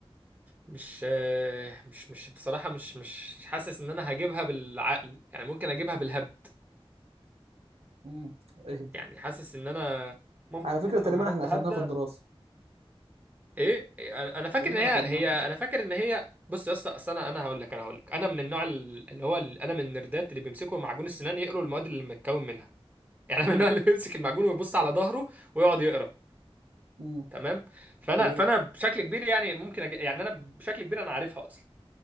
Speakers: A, on the right; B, on the right.
A: مش آه، مش مش بصراحة مش مش حاسس ان انا هجيبها بالعقل يعني ممكن اجيبها بالهبد
B: امم إيه؟
A: يعني حاسس ان انا ممكن
B: على فكرة
A: كده
B: تقريبا
A: لو هبت
B: احنا اخدناها
A: هبدة
B: في الدراسة
A: ايه انا أنا فاكر
B: تقريبا
A: ان هي
B: اخدناها
A: هي
B: في الدراسة
A: انا فاكر ان هي بص يا اسطى اصل انا انا هقول لك انا هقول لك انا من النوع ال- اللي هو ال- انا من النردات اللي بيمسكوا معجون السنان يقروا المواد اللي متكون منها <laughs> يعني انا
B: امم
A: من النوع اللي بيمسك المعجون ويبص على ظهره ويقعد يقرا
B: امم
A: تمام فانا
B: طب قول
A: فانا بشكل كبير يعني ممكن أج... يعني انا بشكل كبير انا عارفها اصلا